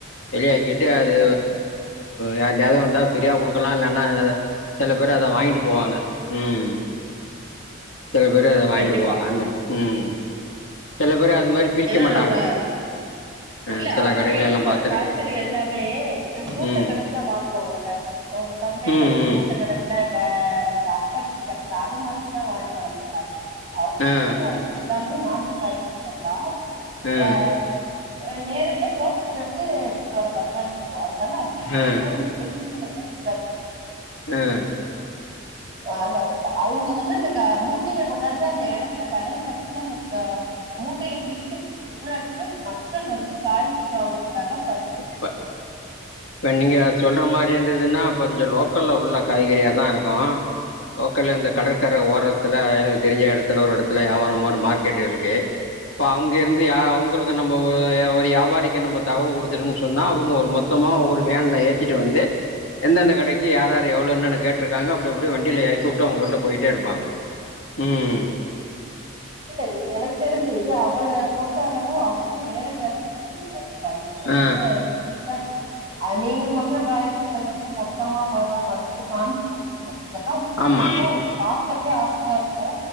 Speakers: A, on the left (about 75°); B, on the right (about 25°).
A: வெளியாக்கிட்டு அது யாருட்யாவது வந்தா பிரியா கொடுக்கலாம் இல்ன்னா சில பேர் அத வாங்கிட்டு போவாங்க உம் சில பேர் அதை வாங்கிட்டு
B: கண்டிப்பா
A: போவாங்க அந்த உம் சில பேரு அத மாரி பிரிக்க
B: ஏன்னா
A: மாட்டாங்க
B: நம்ப
A: ஆ
B: இல்ல
A: சில
B: அவரு
A: கடையில
B: எடுத்துட்டு
A: எல்லாம்
B: வரற
A: பாத்துருக்கேன்
B: காய்கறி எல்லாமே இந்த மூட்ட
A: ம்
B: கணக்கெல்லாம் வாங்குவாங்கல்ல ஒரு சந்தையில
A: ம்
B: போய்
A: ம்
B: மூட்ட கணக்குல இந்த அட்டபெட்டி கட்டல அது மாதிரில்லா வாய்னு வர மாட்டாங்க அவங்க
A: ஆ
B: எடுத்துட்டு வர்றது எல்லாமே நாட்டு காய்கறிகள் தான்
A: ஆ
B: ஆஹ் நேரடியா தோட்டத்துல இருந்து எடுத்துட்டு வர மாரி தான் இருக்கு அதனால அதுல எதுவுமே
A: ஆ
B: அந்த வேஸ்டுங்ரதே இருக்காது
A: ஆஹ்
B: அந்த அவுங்க வந்து அந்த மூட்டையை கொண்டாந்து அந்த இடத்துல கடையில வச்சு அந்த ப மூட்டையை பிரிக்கிறதுக்கு முன்னாடியே மக்கள் வந்து காய்கறி வாங்கறதுக்காக
A: இப்ப இப்ப நீங்க சொல்ற மாதிரி இருந்ததுன்னா கொஞ்சம் லோக் உட்க்கொல்ல உள்ள காய்கறியாதா இருக்கு லோக்கல்ல இந்த கடற்கர ஓரத்துல எனக்கு தெரிஞ்ச எடத்துல ஒரு எடத்துல வியாபரோ ஒரு மார்க்கெட் இருக்கு இப்ப அங்க இருந்து யா அவங்களுக்கு நம்ம ஒரு வியாபாரிக்கு நம்ம தகவல் கொடுத்து டோம்னு சொன்னா அவங்க ஒரு மொத்தமா ஒரு வேன்ல ஏத்திட்டு வந்து எந்தெந்த கடைக்கு யார் யார் எவ்வளவு என்னன்னு கேட்டுருக்காங்க அப்பிடி அப்பிடி வண்டியில எறக்கி விட்டு அவங்க வீட்டுல போயிட்டே இருப்பாங்க உம்
B: இல்ல எனக்கு தெரிஞ்சு அவர பொறுத்த அளவு அவரு போய் நேரடியா தா எடுத்துட்டு வருவாரு காய்கறிகள்
A: ஆ
B: வந்து அது மாதிரி தா நீங் அ நீங்க சொல்ற காய்கறிகள் வந்து மொத்தமா வரு அது வந்து காஞ்சு போயிருக்கு இதெல்லா அப்பிடியே ப்ரெஷ்ஷா
A: ஆமா
B: இருக்கு பாக்கவே ஆசையா இருக்கு